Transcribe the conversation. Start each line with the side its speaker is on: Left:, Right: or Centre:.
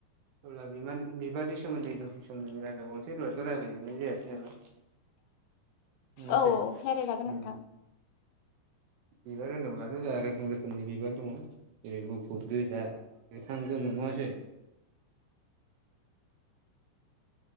Right: अब्ला बिमानि बिबादि सोमोन्दै दसे सम दोङो रायलायबावनोसैय दयथ' रायलाय जोबनाय जायासै नालाय। नङासै
Left: औ औ रायलायजागोन
Right: उम
Left: नोंथां
Right: बिबार होनोब्लाथ' जोंहा रोखोम रोखोमनि बिबार दङ। जेरै गुफुर गोजा गोथां गोमो नङासै